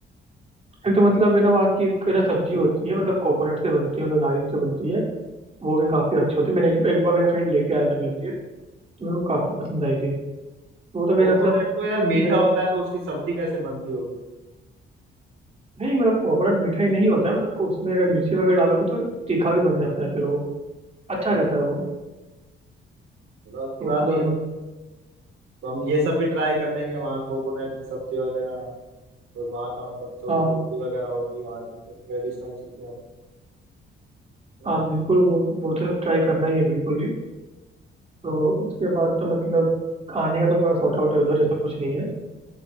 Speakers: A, on the right; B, on the right.
A: एक तो मतलब है ना वहाँ की एक है ना सब्जी होती है मतलब कोकोनट से बनती है मतलब नारियल से बनती है वो भी काफ़ी अच्छी होती है मैंने एक, एक बार मेरा फ्रेंड लेके आया था मेरे लिए तो मेरे को काफ़ी पसंद आई थी तो वो तो मैंने
B: कोकोनट
A: मतलब
B: तो यार मीठा
A: मैं
B: होता है तो उसकी सब्जी कैसे बनती होगी
A: नहीं मतलब कोकोनट मीठा ही नहीं होता है मतलब उसमें अगर मिर्ची वगैरह डालोगे तो तीखा भी बन जाता है फिर वो अच्छा रहता है वो
B: चलो अच्छी
A: तो
B: बात
A: मतलब
B: है ये तो तो हम ये सब भी ट्राई कर लेंगे वहाँ कोकोनट की सब्जी वगैरह और वहाँ का मतलब जो
A: हाँ
B: रोटी वगैरह होगी वहाँ की जो ट्रेडिशनल चीजें होंगी है
A: हाँ
B: ना
A: बिल्कुल वो वो तो ट्राई करना ही है बिल्कुल ही तो उसके बाद तो मतलब खाने का तो पूरा सॉर्ट आउट है उधर ऐसा कुछ नहीं है